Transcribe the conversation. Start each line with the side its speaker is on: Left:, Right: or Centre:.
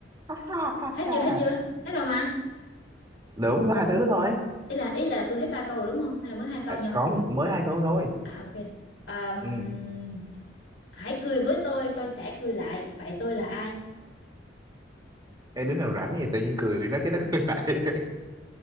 Right: Ha ha, ha,
Left: hết
Right: ha.
Left: chưa hết chưa hết rồi mà
Right: đúng có hai thứ đó thôi
Left: ý là ý là tôi hết ba câu rồi đúng không hay là mới hai câu
Right: à,
Left: nhỉ
Right: không mới hai tuần thôi
Left: à ok Ờm,
Right: ừ
Left: hãy cười với tôi tôi sẽ cười lại vậy tôi là ai
Right: cái đứa nào rảnh gì tự nhiên cười nó cái nó cười lại